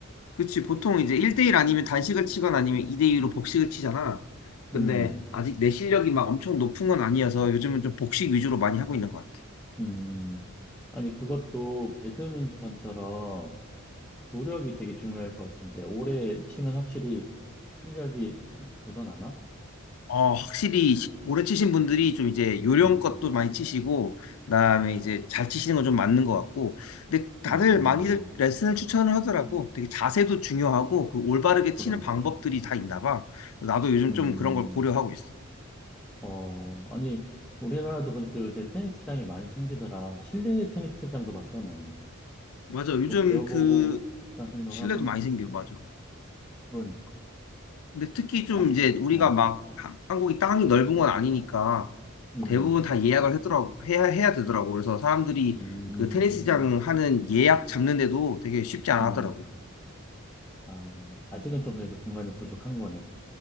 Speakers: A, on the left; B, in the centre.
A: 그치, 보통 이제 1대1 아니면 단식을 치거나 아니면 2대2로 복식을 치잖아. 근데
B: 음,
A: 아직 내 실력이 막 엄청 높은 건 아니어서 요즘은 좀 복식 위주로 많이 하고 있는 거야.
B: 음. 아니, 그것도 배드민턴처럼 구력이 되게 중요할 것 같은데, 오래 치면 확실히 실력이 늘어나나?
A: 어, 확실히 시- 오래 치신 분들이 좀 이제 요령껏
B: 음,
A: 도 많이 치시고, 그다음에 이제 잘 치시는 건 좀 맞는 것 같고, 근데 다들
B: 음,
A: 많이들 레슨을 추천을 하더라고. 되게 자세도 중요하고, 그 올바르게
B: 그런,
A: 치는 방법들이
B: 그런.
A: 다 있나 봐. 그래서 나도 요즘
B: 음,
A: 좀 그런 걸 고려하고 있어.
B: 어, 아니, 우리나라도 보니까 요새 테니스장이 많이 생기더라. 실내 테니스장도 봤어, 나는.
A: 맞아. 요즘
B: 뭐 배워보고
A: 그
B: 싶다 생각하긴
A: 실내도 많이
B: 했었어.
A: 생겨. 맞아.
B: 그러니까.
A: 근데 특히 좀
B: 아,
A: 이제 우리가
B: 어,
A: 막 한- 한국이 땅이 넓은 건 아니니까
B: 음,
A: 대부분 다 예약을 하더라고. 해야, 해야 되더라고. 그래서 사람들이
B: 음,
A: 그 테니스장 하는 예약 잡는데도 되게 쉽지 않아
B: 음.
A: 하더라고.
B: 아, 아직은 좀 그래도 공간이 부족한 거네,